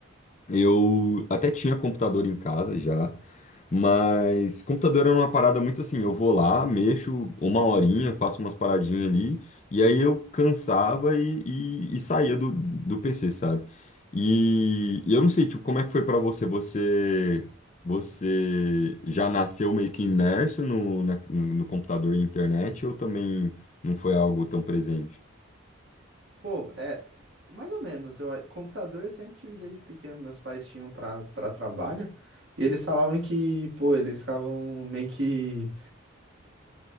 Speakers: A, on the left; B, on the right.
A: Eu até tinha computador em casa já, mas computador era uma parada muito assim, eu vou lá, mexo uma horinha, faço umas paradinhas ali, e aí eu cansava e, e, e saía do, do PC, sabe? E, e eu não sei, tipo, como é que foi pra você? Você você já nasceu meio que imerso no, na- no, no computador e internet, ou também não foi algo tão presente?
B: Pô, é mais ou menos. Eu, a- computador eu sempre tive desde pequeno. Meus pais tinham pra para trabalho. E eles falavam que, pô, eles ficavam meio que